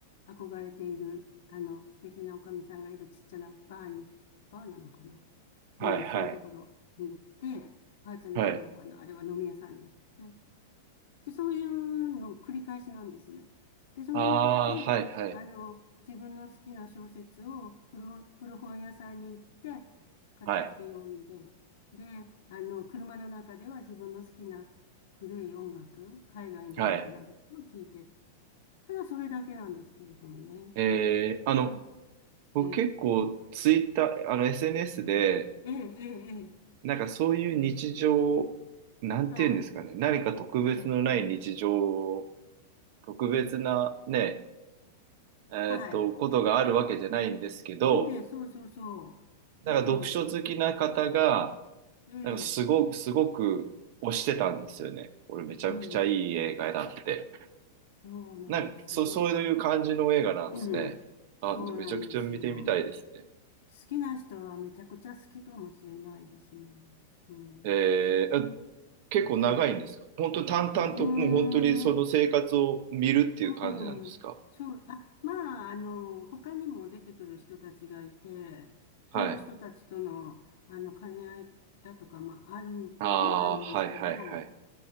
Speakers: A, on the left (about 65°); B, on the right (about 45°).
A: 憧れている、あの、素敵なおかみさんがいるちっちゃなバーに、バーなのかな
B: はい、
A: うん、
B: はい、
A: そういうところに行って、バーじゃないのかなあれは飲み屋さんに行って、
B: はい。
A: で、そういうの繰り返しなんですね。で、その中で、
B: ああ、はい、はい、
A: あの、自分の好きな小説を古、古本屋さんに行って買ってきて読んで、
B: はい、
A: で、あの、車の中では自分の好きな古い音楽、海外の音楽などを聴いて、
B: はい。
A: ただそれだけなんですけれどもね。
B: えー、あの、
A: あの、
B: 僕結構ツイッター、
A: ええ、
B: あの SNS で、
A: ええ、ええ、ええ
B: なんかそういう日常、なんていうんですかね、
A: はい、
B: 何か特別のない日常を
A: ええ、
B: 特別なね、えーっと、
A: はい、
B: ことがあるわけじゃないんですけど、
A: ええ、そうそうそう、
B: なんか読書好きな方が、
A: うん、ええ、
B: なんかすごく、すごく推してたんですよね。これめちゃくちゃいい映画だって。
A: うん。そうなんですよ。
B: なんか、そう、そういう感じの映画なんですね。
A: うん。そうなんですよ。
B: あ、でめちゃくちゃ見てみたいですね。
A: 好きな人はめちゃくちゃ好きかもしれないですね。うん。
B: えー、あ結構長いんですか本当に淡々と、
A: うん。うーん。
B: もう本当にその生活を見るっていう感じなんですか
A: うん。そう。あ、まあ、あの、他にも出てくる人たちがいて、その人たちとの、
B: はい。
A: あの、兼ね合いだとか、まあ、あることはあるんですけど、
B: ああ、はいはいはい。